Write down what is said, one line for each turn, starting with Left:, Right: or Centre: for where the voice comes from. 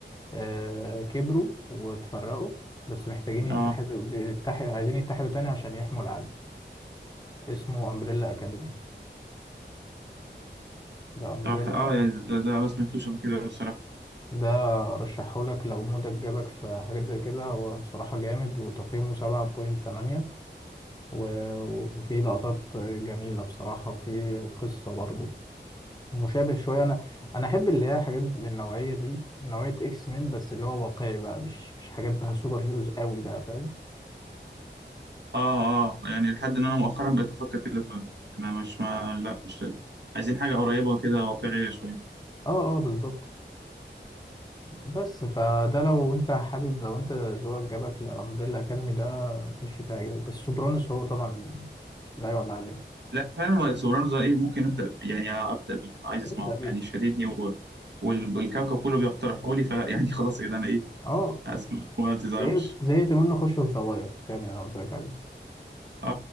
Left: آه، كبروا وتفرقوا بس محتاجين يتحدوا
Right: اه
Left: بيتحد عايزين يتحدوا تاني عشان يحموا العالم اسمه امبريلا اكاديمي ده امبريلا
Right: طب اه يعني ده, ده ما سمعتوش قبل كده بصراحه
Left: ده رشحهولك لو مودك جابك في حاجات زي كده هو بصراحة جامد وتقييمه سبعة بوينت تمانية و- وفي لقطات جميلة بصراحة وفي قصة برضه مشابه شوية أنا أنا أحب اللي هي حاجات من النوعية دي نوعية إكس مين بس اللي هو واقعي بقى مش مش حاجات بقى سوبر هيروز قوي بقى فاهم
Right: اه اه يعني لحد ان انا مؤخرا بقيت افكر كده فعلا انا مش ما لا مش عايزين حاجه قريبه كده واقعيه شويه
Left: اه اه بالظبط بس فده لو انت حابب لو انت ذوقك جابك لأمبريلا أكاديمي ده خش فيها عجبك. بس سوبرانوس هو طبعا لا يعلى عليه
Right: لا فعلا سوبرانوس ده ايه ممكن ابدا ب- يعني ابدا بيه عايز اسمعه
Left: ده بيه
Right: يعني شددني و... وال- والكوكب كله بيقترحوا لي فلا يعني
Left: ابدأ.
Right: خلاص كده انا ايه
Left: اه
Right: اسمع وما تزعلوش
Left: زهقت زهقت منه خش في زواير يعني انا قلت لك عليه
Right: اه